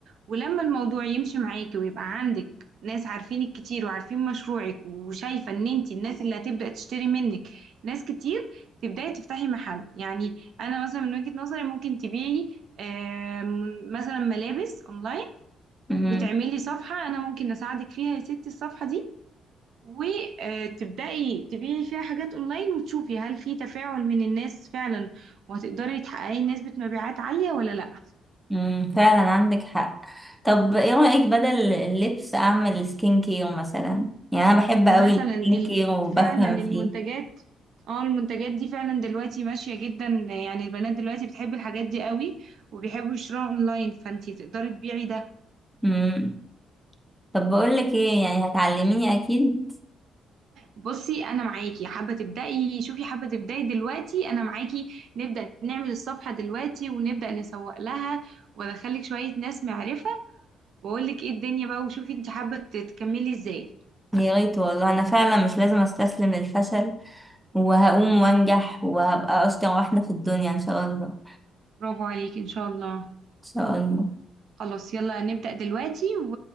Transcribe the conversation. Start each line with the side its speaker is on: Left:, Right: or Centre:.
Right: ولما الموضوع يمشي معاكي ويبقى عندك ناس عارفينك كتير وعارفين مشروعك وشايفة ان انتي الناس اللي هتبدأ تشتري منك ناس كتير تبدأي تفتحي محل يعني انا مثلا من وجهة نظري ممكن تبيعي آم، مثلا ملابس اونلاين
Centre: امم
Right: وتعملي صفحة انا ممكن اساعدك فيها يا ستي الصفحة دي وتبدأي تبيعي فيها حاجات اونلاين وتشوفي هل في تفاعل من الناس فعلا وهتقدري تحققي نسبة مبيعات عالية ولا لا
Centre: أمم، فعلا عندك حق طب ايه رايك بدل اللبس اعمل سكين كير مثلا يعني انا بحب
Right: مثلا
Centre: قوي السكين
Right: ال-
Centre: كير وبفهم
Right: فعلا المنتجات
Centre: فيه
Right: اه المنتجات دي فعلا دلوقتي ماشية جدا يعني البنات دلوقتي بتحب الحاجات دي قوي وبيحبوا يشتروها اونلاين فانتي تقدري تبيعي ده
Centre: مم. طب بقولك ايه يعني هتعلميني اكيد
Right: بصي انا معاكي حابة تبدأي شوفي حابة تبدأي دلوقتي انا معاكي نبدأ نعمل الصفحة دلوقتي ونبدأ نسوق لها وادخلك شوية ناس معرفة واقول لك ايه الدنيا بقى وشوفي انت حابة تكملي ازاي
Centre: يا ريت والله انا فعلا مش لازم استسلم للفشل وهقوم وانجح وهبقى اشطر واحدة في الدنيا ان شاء الله ان
Right: برافو عليك ان شاء الله
Centre: شاء الله
Right: خلاص يلا نبدأ دلوقتي و...